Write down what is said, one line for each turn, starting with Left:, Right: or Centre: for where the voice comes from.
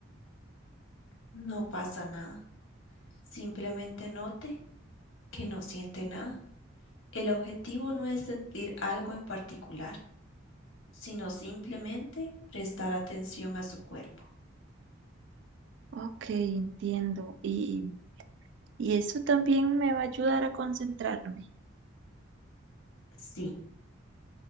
Left: No pasa nada. Simplemente note que no siente nada. El objetivo no es sentir algo en particular, sino simplemente prestar atención a su cuerpo.
Right: Ok, entiendo. Y, y eso también me va a ayudar a concentrarme.
Left: Sí,